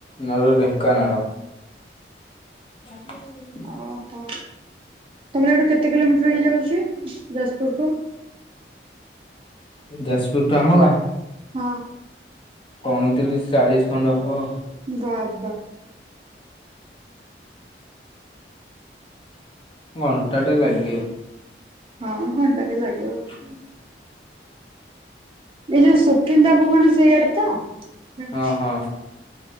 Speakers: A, on the left (about 30°); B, on the right (about 30°).
A: ନହେଲେ ଢେଙ୍କାନାଳ <unintelligible>
B: ଓହୋ ତମର ଏଇଠୁ କେତେ କିଲୋମିଟର ହେଇଯାଉଛି ଯାଜପୁରକୁ।
A: ଯାଜପୁର ତମ ଗାଁ।
B: ହଁ
A: ପଇଁତିରିଶି ଚାଳିଶି ଖଣ୍ଡେ ହବ।
B: ବାବା
A: ଘଣ୍ଟାଟେ ଲାଗିବ।
B: ହଁ ଘଣ୍ଟାଟେ ଲାଗିବ।
A: ହୁଁ
B: ଏଇ ଯୋଉ ସୁକିନ୍ଦା ଭଉଣୀ ସେଇଆଡ଼େ ତ ଜାଣିଛି।
A: ହଁ ହଁ